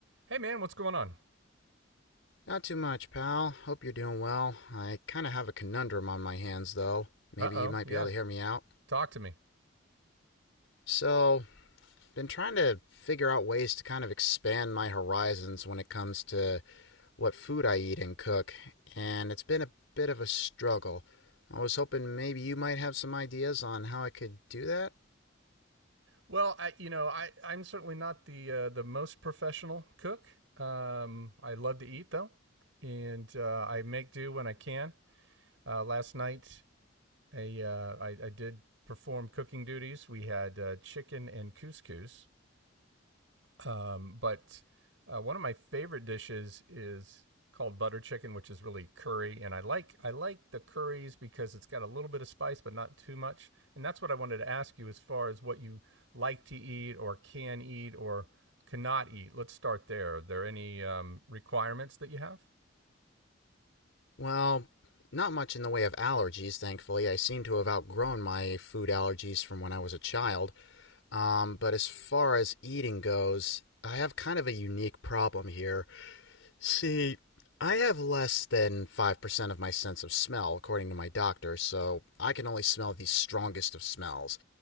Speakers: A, on the right; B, on the left.
A: Hey, man, what's going on?
B: Not too much, pal. Hope you're doing well. I kind of have a conundrum on my hands, though. Maybe
A: Uh oh,
B: you might
A: yeah.
B: be able to hear me out.
A: Talk to me.
B: So, been trying to figure out ways to kind of expand my horizons when it comes to what food I eat and cook, and it's been a bit of a struggle. I was hoping maybe you might have some ideas on how I could do that.
A: Well, I, you know, I, I'm certainly not the uh, the most professional cook. Um, I love to eat though, and uh, I make do when I can. Uh, last night, a, uh, I, I did perform cooking duties. We had uh, chicken and couscous, Um, but uh, one of my favorite dishes is called butter chicken, which is really curry. And I like I like the curries because it's got a little bit of spice, but not too much. And that's what I wanted to ask you as far as what you like to eat or can eat or cannot eat. Let's start there. Are there any um, requirements that you have?
B: Well, not much in the way of allergies, thankfully. I seem to have outgrown my food allergies from when I was a child. Um, but as far as eating goes, I have kind of a unique problem here. See, I have less than 5% of my sense of smell, according to my doctor, so I can only smell the strongest of smells.